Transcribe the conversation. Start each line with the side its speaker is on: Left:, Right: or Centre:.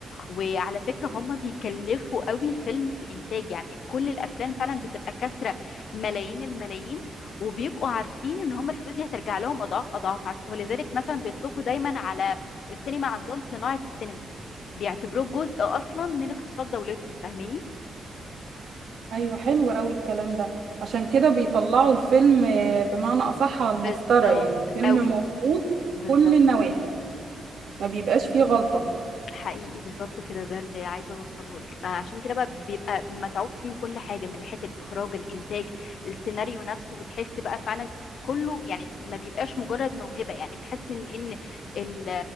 Left: وعلى فكرة هم بيكلفوا قوي الفيلم في الانتاج يعني كل الافلام فعلا بتبقى كسرة ملايين الملايين وبيبقوا عارفين ان هم الفلوس دي هترجع لهم اضعاف اضعاف عش- ولذلك مثلا بيطلقوا دايما على السينما عندهم صناعة السينما بيعتبروه جزء اصلا من اقتصاد دولتهم فاهماني
Right: ايوه حلو قوي الكلام ده عشان كده بيطلعوا الفيلم آه، بمعنى اصح على
Left: بالظبط
Right: المسطره يعني فيلم
Left: قوي
Right: مظبوط
Left: بالظبط
Right: كل النواحي ما بيبقاش فيه غلطه
Left: حقيقي بالظبط كده ده اللي عايزه اوصله لك فعشان كده بقى بيبقى متعوب فيه من كل حاجه من ناحيه الاخراج الانتاج السيناريو نفسه بتحس بقى فعلا كله يعني ما بيبقاش مجرد موهبه يعني بتحس ان ان ال-